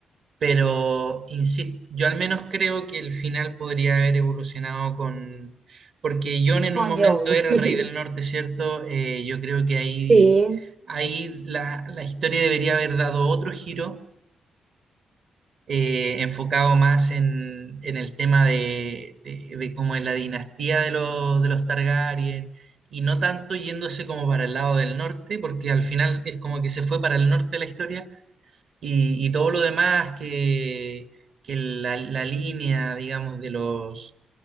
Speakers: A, on the right; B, on the right.
A: Pero, insisto, yo al menos creo que el final podría haber evolucionado con... Porque Jon en
B: con
A: un momento
B: John.
A: era el
B: <laughs>
A: rey del norte, ¿cierto? Eh, yo creo que ahí,
B: Sí,
A: ahí la, la historia debería haber dado otro giro, eh, enfocado más en, en el tema de, de, de cómo es la dinastía de los, de los Targaryen, y no tanto yéndose como para el lado del norte, porque al final es como que se fue para el norte la historia y, y todo lo demás que, que la, la línea, digamos, de los...